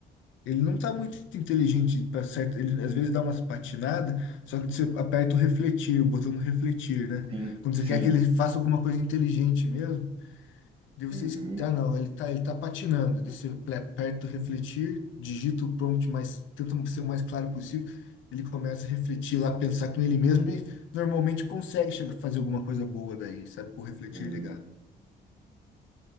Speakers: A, on the left; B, on the right.
A: ele não tá muito inteligente para certo, ele às vezes dá umas patinadas, só que você aperta o refletir, o botão do refletir, né?
B: Sim,
A: Quando
B: sim.
A: você quer que ele faça alguma coisa inteligente mesmo, De vocês,
B: Uhum.
A: ah, não, ele tá, ele tá patinando. Deixa eu ple- perto refletir, digita o prompt, mas tenta ser o mais claro possível. Ele começa a refletir lá, pensar com ele mesmo e normalmente consegue chegar, fazer alguma coisa boa daí, sabe? Com o refletir
B: Hum.
A: ligado.